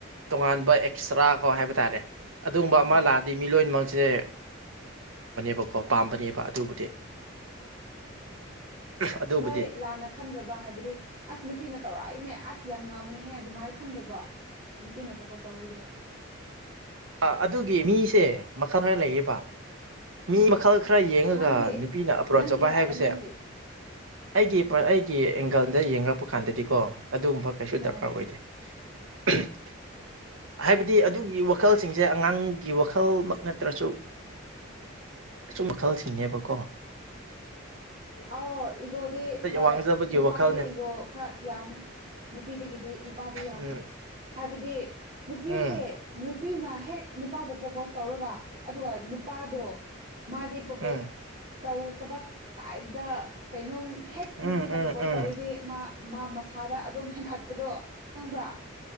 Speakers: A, on the right (about 80°); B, on the right (about 35°).
A: ꯇꯣꯉꯥꯟꯕ ꯑꯦꯛꯁꯇ꯭ꯔꯥꯒꯣ ꯍꯥꯏꯕ ꯇꯥꯔꯦ ꯑꯗꯨꯒꯨꯝꯕ
B: ꯎꯝ
A: ꯑꯃ ꯂꯥꯛꯑꯗꯤ ꯃꯤꯂꯣꯏꯃꯛꯁꯦ ꯕꯀꯣ ꯄꯥꯝꯕꯅꯦꯕ ꯑꯗꯨꯕꯨꯗꯤ ꯑꯗꯨꯕꯨꯗꯤ
B: ꯅꯣꯏ ꯂꯥꯟꯅ ꯈꯟꯗ꯭ꯔꯕ ꯍꯥꯏꯕꯗꯤ ꯑꯁ ꯅꯨꯄꯤꯅ ꯇꯧꯔꯛꯏꯅꯦ ꯑꯁ ꯌꯥꯝ ꯉꯝꯃꯦꯍꯦ ꯑꯗꯨꯃꯥꯏꯅ ꯈꯟꯗꯕ꯭ꯔꯣ ꯅꯨꯄꯤꯅ ꯄꯄꯣꯁ ꯇꯧꯔꯛꯔꯤꯗꯤ
A: ꯑ ꯑꯗꯨꯒꯤ ꯃꯤꯁꯦ ꯃꯈꯜ ꯈꯔ ꯂꯩꯌꯦꯕ ꯃꯤ
B: ꯎꯝ
A: ꯃꯈꯜ ꯈꯔ ꯌꯦꯡꯉꯒ
B: ꯅꯪꯗꯤ
A: ꯅꯨꯄꯤꯅ ꯑꯄ꯭ꯔꯣꯆ
B: ꯅꯪꯒꯤ
A: ꯇꯧꯕ
B: ꯍꯥꯏꯌꯣ
A: ꯍꯥꯏꯕꯁꯦ
B: ꯅꯪꯒꯤ
A: ꯑꯩꯒꯤ
B: ꯎꯝ
A: ꯑꯩꯒꯤ ꯑꯦꯡꯒꯜꯗ ꯌꯦꯡꯂꯡꯛꯄ ꯀꯥꯟꯗꯗꯤꯀꯣ ꯑꯗꯨꯒꯨꯝꯕ ꯀꯩꯁꯨ
B: ꯑꯣ
A: ꯗꯔꯀꯥꯔ ꯑꯣꯏꯗꯦ <unintelligible> ꯍꯥꯏꯕꯗꯤ ꯑꯗꯨꯒꯤ ꯋꯥꯈꯜꯁꯤꯡꯁꯦ ꯑꯉꯥꯡꯒꯤ ꯋꯥꯈꯜꯃꯛ ꯅꯠꯇ꯭ꯔꯁꯨ ꯁꯨꯝ ꯃꯈꯜꯁꯤꯡꯅꯦꯕꯀꯣ
B: ꯑꯥꯎ ꯏꯒꯣꯗꯤ ꯍꯣꯏ
A: ꯋꯥꯡꯖꯕꯒꯤ
B: ꯅꯨꯄꯥꯗꯤ
A: ꯋꯥꯈꯜꯅꯦ
B: ꯏꯒꯣ ꯈꯔ ꯌꯥꯝꯃꯦ ꯅꯨꯄꯤꯗꯒꯤꯗꯤ ꯅꯨꯄꯥꯗꯤ ꯌꯥꯝꯃꯦ
A: ꯎꯝ
B: ꯍꯥꯏꯕꯗꯤ ꯅꯨꯄꯤꯁꯦ
A: ꯎꯝ
B: ꯅꯨꯄꯤꯅ ꯍꯦꯛ ꯅꯨꯄꯥꯕꯨ ꯄ꯭ꯔꯣꯄꯣꯁ ꯇꯧꯔꯒ ꯑꯗꯨꯒ ꯅꯨꯄꯥꯗꯣ ꯃꯥꯗꯤ ꯄ꯭ꯔꯣꯄꯣꯁ
A: ꯎꯝ
B: ꯇꯧ ꯇꯕ ꯇꯥꯏꯞꯇ ꯀꯩꯅꯣꯝ ꯍꯦꯛ
A: ꯎꯝ
B: ꯅꯨꯄꯤꯅ
A: ꯎꯝ
B: ꯄ꯭ꯔꯣꯄꯣꯁ
A: ꯎꯝ
B: ꯇꯧꯔꯤꯗꯤ ꯃꯥ ꯃꯥ ꯃꯁꯥꯗ ꯑꯗꯨꯝ ꯍꯦꯟꯒꯠꯄꯗꯣ ꯈꯪꯕ꯭ꯔ